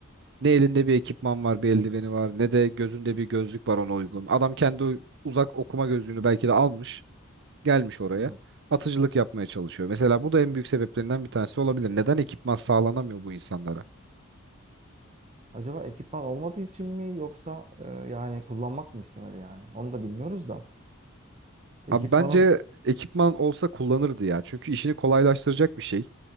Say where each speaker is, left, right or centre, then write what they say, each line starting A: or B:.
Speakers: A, on the right; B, on the right.
A: Ne elinde bir ekipman var, bir eldiveni var, ne de gözünde bir gözlük var ona uygun. Adam kendi u- uzak okuma gözlüğünü belki de almış, gelmiş oraya.
B: Evet.
A: Atıcılık yapmaya çalışıyor. Mesela bu da en büyük sebeplerinden bir tanesi olabilir. Neden ekipman sağlanamıyor bu insanlara?
B: Acaba ekipman olmadığı için mi yoksa e, yani kullanmak mı istemedi yani? Onu da bilmiyoruz da. Ekipmanın
A: Abi bence ekipman olsa kullanırdı ya. Çünkü işini kolaylaştıracak bir şey.